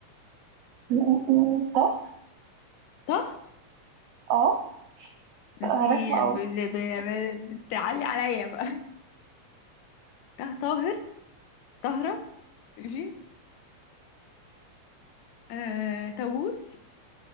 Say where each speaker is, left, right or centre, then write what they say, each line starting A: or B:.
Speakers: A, on the right; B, on the left.
A: ال- ال- ط
B: طه
A: اه
B: انتي
A: انا رخمة قوي
B: ب- ب- ب- يعني بتعلي عليا بقى <laughs> ط- طاهر طهرة ماشي آه... طاووس